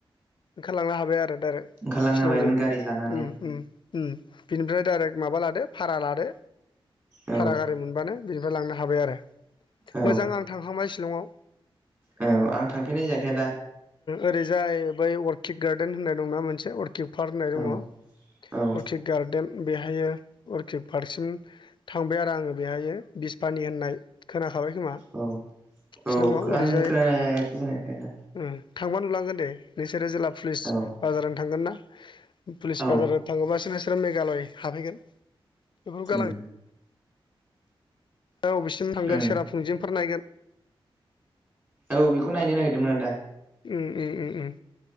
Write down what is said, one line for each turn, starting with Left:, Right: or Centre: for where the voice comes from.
Left: ओंखारलांनो हाबाय आरो आरो
Right: ओंखारलांनो
Left: शिलंजों
Right: हाबायमोन गारि लानानै
Left: उम उम बिनिफ्राय डाइरेक्ट माबा लादो भारा लादो
Right: औ
Left: भारा गारि मोनबानो बिनिफ्राय लांनो हाबाय आरो
Right: औ
Left: मोजां आं थांखांबाय शिलंआव
Right: औ आं थांफेरनाय जायाखै आदा
Left: ओरैजाय ओ अर्किड गार्डेन होननाय दं ना मोन अर किउपार होननाय दङ
Right: औ औ
Left: अटिक गार्देन बेहायो अरकिक पार्कसिम थांबाय आरो आङो बेहायो बिसपानि होननाय खोना खाबाय खोमा
Right: औ औ
Left: शिलंआव ओरैजाय
Right: आं खोनायाखै खोनायाखै आदा
Left: उम थांबा नुलांगोन दे नोंसोरो जिल्ला पुलिस
Right: औ
Left: बाजाराव थांगोन ना पुलिस
Right: औ
Left: बाजाराव थाङोबासो नोंसोरो मेघालय हाबहैगोन। बेफोरखौ गालां
Right: उम
Left: अबेसिम थांगोन
Right: उम
Left: सेरा फुनजिफोर नायगोन
Right: औ बेखौ नायनो नागिरदोंमोन आदा
Left: उम उम उम